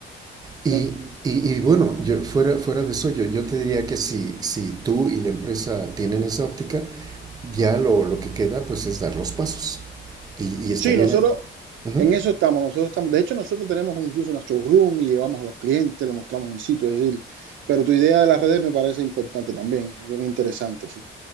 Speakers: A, on the right; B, on the right.
A: Y,
B: No,
A: y- y bueno, yo, fuera, fuera de eso, yo, yo te diría que si, si tú y la empresa tienen esa óptica, ya lo, lo que queda pues es dar los pasos. Y, y estarían...
B: Sí, nosotros
A: Ujú.
B: en eso estamos, nosotros estamos, de hecho nosotros tenemos incluso una showroom y llevamos a los clientes, lo mostramos en sitio, es decir, pero tu idea de las redes me parece importante también, yo creo que interesante, sí.